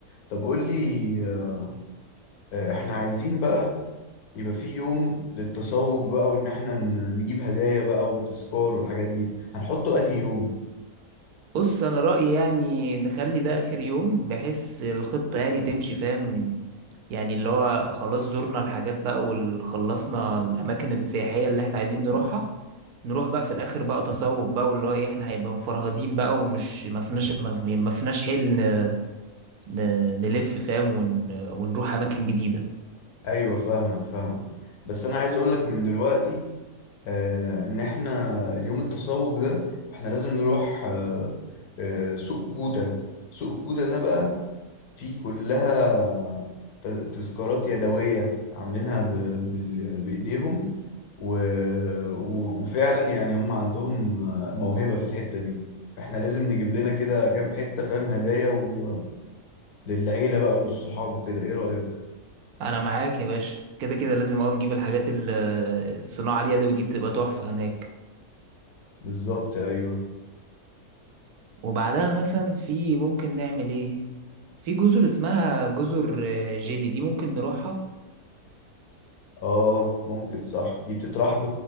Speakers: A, on the left (about 80°); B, on the right (about 80°).
A: طب قول لي آه، آه، احنا عايزين بقى يبقى في يوم للتسوق بقى وان احنا ن- نجيب هدايا بقى وتذكار والحاجات دي هنحطه انهي يوم
B: بص انا رأيي يعني نخلي ده اخر يوم بحيث الخطة يعني تمشي فاهم من- يعني اللي هو خلاص زرنا الحاجات بقى وخلصنا الاماكن السياحية اللي احنا عايزين نروحها نروح بقى في الاخر بقى تسوق بقى واللي هو ايه احنا هيبقى مفرهدين بقى ومش ما فيناش ما ما فيناش حل ن- ن- نلف فاهم ون ونروح اماكن جديدة
A: ايوه فاهمك فاهمك بس انا عايز اقولك من دلوقتي آه، ان احنا يوم التسوق ده احنا لازم نروح آه، آه، سوق كوتا سوق كوتا ده بقى في كلها ت- تذكارات يدوية عاملينها ب- بال- بإيديهم و... و- وفعلا يعني هم عندهم موهبة في الحتة دي فاحنا لازم نجيب لنا كده كام حتة فاهم هدايا و... للعيلة بقى وللصحاب وكده ايه رأيك؟
B: انا معاك يا باشا كده كده لازم اول نجيب الحاجات ال- الصناعة اليدوي دي بتبقى تحفة هناك
A: بالظبط ايوه
B: وبعدها مثلا في ممكن نعمل ايه في جزر اسمها جزر آه، جيلي دي ممكن نروحها
A: اه ممكن صح دي بتتراح ب...